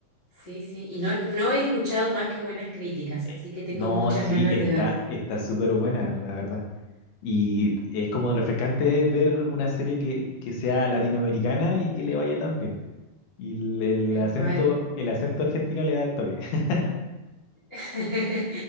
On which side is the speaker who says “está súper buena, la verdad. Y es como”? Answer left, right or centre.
Left